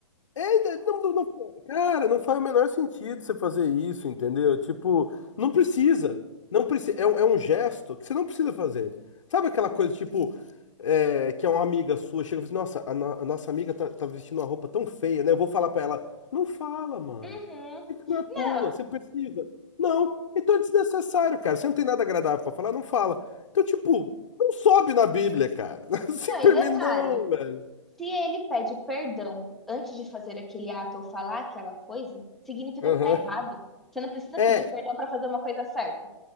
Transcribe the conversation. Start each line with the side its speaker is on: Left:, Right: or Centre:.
Left: É, Não, não- não- cara, não faz o menor sentido você fazer isso, entendeu? Tipo, não precisa. Não precisa. É, um- é um gesto que você não precisa fazer. Sabe aquela coisa, tipo, é, que é uma amiga sua, chega e fala assim, nossa, a, no- a nossa amiga tá, tá vestindo uma roupa tão feia, né? Eu vou falar pra ela, não fala, mano.
Centre: Uhum.
Left: Fica na
Centre: Não,
Left: tua, você precisa. Não, então é desnecessário, cara. Você não tem nada agradável pra falar, não fala. Então, tipo, não sobe na Bíblia, cara. <laughs>
Centre: Não, e
Left: Simplesmente
Centre: detalhe,
Left: não, velho.
Centre: se ele pede perdão antes de fazer aquele ato ou falar aquela coisa, significa
Left: Aham.
Centre: que tá errado. Você não precisa
Left: É,
Centre: pedir perdão pra fazer uma coisa certa.